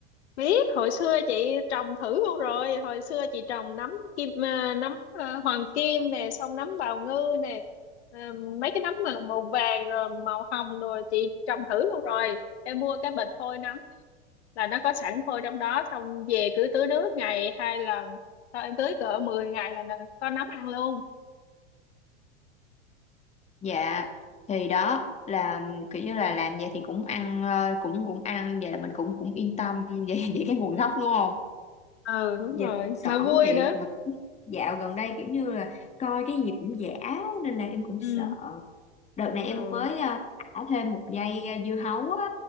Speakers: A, on the left (about 70°); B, on the left (about 20°).
A: biết hồi xưa chị trồng thử luôn rồi hồi xưa chị trồng nấm kim à, nấm à, hoàng kim nè xong nấm bào ngư nè à, mấy cái nấm mà màu vàng rồi màu hồng rồi chị trồng thử luôn rồi em mua cái bịch phôi nấm là nó có sẵn phôi trong đó xong về cứ tưới nước ngày hai lần sau em tưới cỡ 10 ngày là là có nấm ăn luôn
B: Dạ thì đó là kiểu như là làm vậy thì cũng ăn ờ, cũng cũng ăn vậy là mình cũng cũng yên tâm <laughs> về về cái nguồn
A: ừ.
B: gốc đúng không?
A: ừ đúng
B: Dạ,
A: rồi
B: sợ
A: mà
B: quá
A: vui
B: chị
A: nữa
B: Mà dạo gần đây kiểu như là coi cái gì cũng giả nên là em cũng
A: ừ
B: sợ đợt này em
A: ừ
B: mới ờ, thả thêm một dây ờ, dưa hấu á